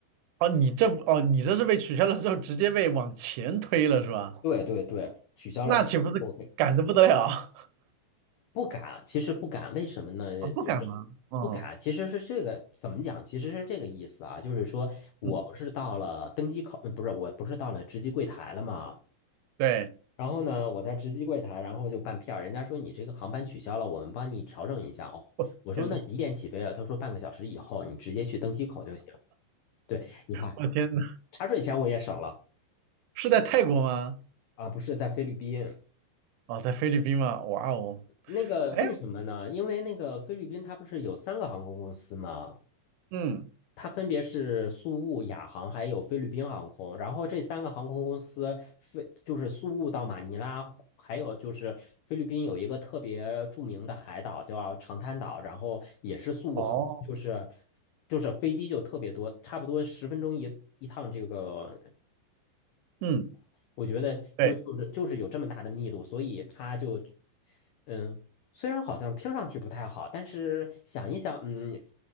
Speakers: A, on the right; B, on the left.
A: 哦，你这哦，你这是被取消了之后直接被往前推了是吧？
B: 对对对，取消了之后。
A: 那岂不是赶得不得了 <laughs>
B: 不敢，其实不敢，为什么呢？
A: 啊？不赶吗？
B: 就是
A: 哦，
B: 不敢，其实是这个怎么讲？其实是这个意思啊，就是说我不是到了登机口，
A: 嗯，
B: 呃不是，我不是到了值机柜台了嘛。
A: 对，
B: 然后呢，我在值机柜台，然后就办票，人家说你这个航班取消了，我们帮你调整一下哦。
A: 我天呐，
B: 我说那几点起飞啊？他说半个小时以后，你直接去登机口就行。对，你看
A: 我天呐，
B: 茶水钱我也省了
A: 是在泰国吗？
B: 啊，不是在菲律宾。
A: 哦，在菲律宾吗？哇哦，
B: 那个为什么呢？
A: 哎，
B: 因为那个菲律宾它不是有三个航空公司吗？
A: 嗯，
B: 它分别是苏雾、亚航还有菲律宾航空，然后这三个航空公司，飞就是苏雾到马尼拉，还有就是菲律宾有一个特别著名的海岛叫长滩岛，然后也是苏雾航空，
A: 哦，
B: 就是就是飞机就特别多，差不多十分钟一一趟这个，
A: 嗯，
B: 我觉得就就是就是有这么大的密度，
A: 对，
B: 所以它就嗯。虽然好像听上去不太好，但是想一想，嗯，